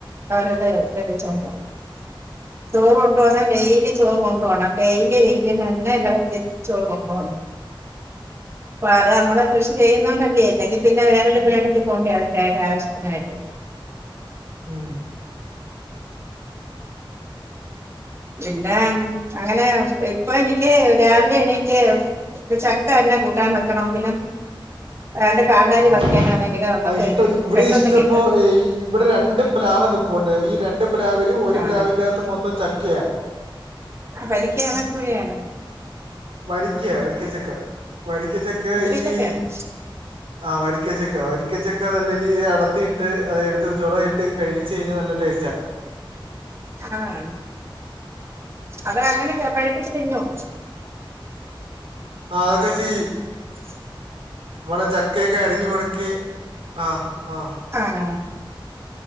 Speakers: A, on the right; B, on the right.
A: <unintelligible> ചോറ് കൊണ്ടപോയാൽ ഡെയിലി ചോറ് കൊണ്ടുപോണം ഡെയിലി വിട്ടീന്ന് തന്നെ ചോറ് കൊണ്ട്പോകണം. അപ്പ അത് നമ്മള് കൃഷി ചെയ്യുന്നോണ്ട് അ ല്ലേ ഇല്ലെങ്കിൽ പിന്നെ വേറൊരു പെരേട ത്തിൽ പോണ്ടേ അതിന്റെതായ ആവശ്യത്തിനായിട്ട്.
B: ഉം.
A: എന്താ അങ്ങനെ ഇപ്പൊ എനിക്ക് രാവിലെ എണീറ്റ് ചക്ക തന്നെ. കൂട്ടാൻ വെക്കണമെങ്കിലും. രണ്ട് കന്താരി
B: ആഹ്
A: പറിക്കാനാണെങ്കിലും നമു
B: ആഹ്
A: ക്ക്
B: ഇഷ്ടം ഇവിടെ
A: പെട്ടന്ന്
B: ഇഷ്ടംപോ
A: കിട്ടും.
B: ഇവിടെ രണ്ട് പ്ലാവ് നിപ്പുണ്ട് ഈ രണ്ട് പ്ലാവിലും ഒരു
A: ആഹ്
B: പ്ലാവിന്റെ അകത്ത് മൊത്തം ചക്കയ
A: ആ അത് വരിക്കയാണ കൂഴയാണ
B: വരിക്കയ വരിക്കച്ചക്ക വരിക്കച്ചക്ക
A: വരിക്കച്ചക്കയാണോ
B: ഈ. ആഹ് വരിക്കച്ചക്ക വരിക്കച്ചക്ക നല്ല രീതി അടത്തിയിട്ട് അത എടുത്ത് ചുള ഇട്ട് കഴിച്ച് കഴിഞ്ഞാൽ നല്ല ടേസ്റ്റ ആാ
A: ആഹ അത് അങ്ങനെ പഴപ്പിച്ചു തിന്നോ?
B: ആ അതൊക്കെചിയും.
A: ഉ.
B: നമ്മള്ചക്കയൊക്കെ അരിഞ്ഞു കൊടുക്കയും ആആ
A: ആഹ